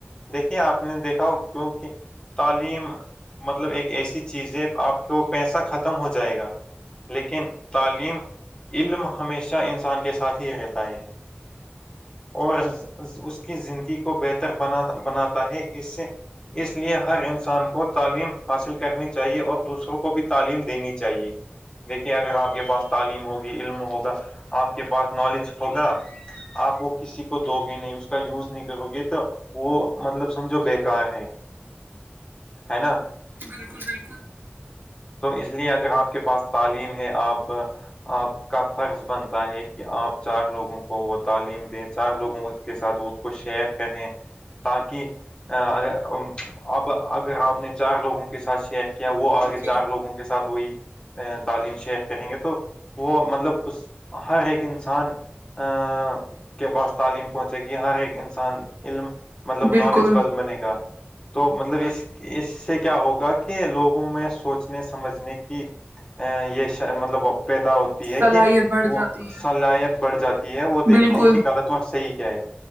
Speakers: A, on the left (about 25°); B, on the right (about 60°).
A: دیکھیے آپ نے دیکھا ہو کیونکہ تعلیم مطلب ایک ایسی چیز ہے آپ کو پیسہ ختم ہو جائے گا لیکن تعلیم علم ہمیشہ انسان کے ساتھ ہی رہتا ہے اور اس کی زندگی کو بہتر بناتا ہے اس سے اس لیے ہر انسان کو تعلیم حاصل کرنی چاہیے اور دوسروں کو بھی تعلیم دینی چاہیے دیکھیے اگر آپ کے پاس تعلیم ہوگی علم ہوگا آپ کے پاس نالج ہوگا آپ وہ کسی کو دو گے نہیں اس کا یوز نہیں کرو گے تو وہ مطلب سمجھو بیکار ہے ہے نا
B: بالکل بالکل
A: تو اس لیے اگر آپ کے پاس تعلیم ہے آپ آپ کا فرض بنتا ہے کہ آپ چار لوگوں کو وہ تعلیم دیں چار لوگوں کو کے ساتھ اس کو شیئر کریں تاکہ اگر اب اگر آپ نے چار لوگوں کے ساتھ شیئر کیا وہ آگے
B: جی
A: چار لوگوں کے ساتھ وہی تعلیم شیخ کریں گے تو وہ مطلب ک ہر ایک انسان ا کے پاس تعلیم پہنچے گی ہر ایک انسان علم مطلب
B: بالکل
A: نالجبل بنے گا تو مطلب اس اس سے کیا ہوگا کہ لوگوں میں سوچنے سمجھنے کی ا یہ مطلب بپےید ہے
B: صلاحیت
A: کہ
B: بڑھ
A: وہ
B: جاتی ہے
A: صلاحیت بڑھ جاتی ہے وہ دیکھتے
B: بالکل
A: ہیں کہ غلط و صحیح ہے